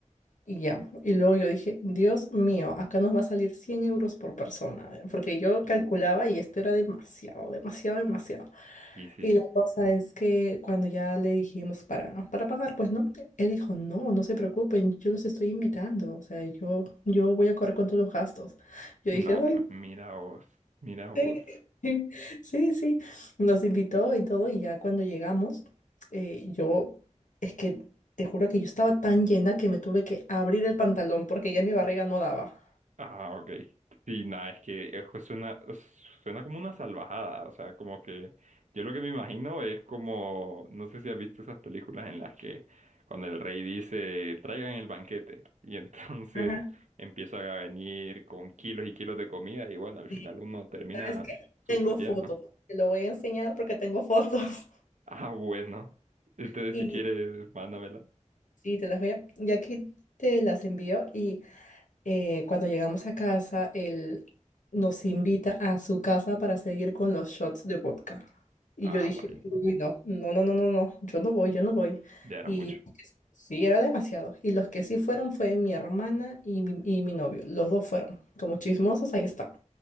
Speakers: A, on the left; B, on the right.
A: Y ya. Y luego yo dije, Dios mío, acá nos va a salir 100 euros por persona, porque yo calculaba y esto era demasiado, demasiado, demasiado.
B: Y sí.
A: Y la cosa es que cuando ya le dijimos para, para pagar, pues no, él dijo, no, no se preocupen, yo los estoy invitando, o sea, yo, yo voy a correr con todos los gastos. Yo dije,
B: Nada,
A: ay.
B: pues mira vos, mira vos.
A: Sí, <laughs> sí, sí, sí. nos invitó y todo, y ya cuando llegamos, eh, yo, es que te juro que yo estaba tan llena que me tuve que abrir el pantalón porque ya mi barriga no daba.
B: Ah, ok. Sí, nada, es que eso suena, suena como una salvajada. O sea, como que yo lo que me imagino es como, no sé si has visto esas películas en las que cuando el rey dice, traigan el banquete. Y <laughs> entonces
A: Ajá.
B: empiezan a venir con kilos y kilos de comida y bueno, al final
A: Sí,
B: uno termina
A: ¿Sabes qué?
B: súper
A: Tengo fotos,
B: lleno.
A: te lo voy a enseñar porque tengo fotos
B: Ah, bueno. Entonces,
A: <laughs> y,
B: si quieres, mándamela.
A: sí te las voy a, ya que te las envío y eh, cuando llegamos a casa, él nos invita a su casa para seguir con los shots de vodka. Y
B: Ah,
A: yo dije,
B: vaya.
A: uy, no, no, no, no, no, no, yo no voy, yo no voy.
B: Ya era
A: Y
B: mucho.
A: sí, era demasiado. Y los que sí fueron fue mi hermana y mi, y mi novio. Los dos fueron. Como chismosos, ahí está.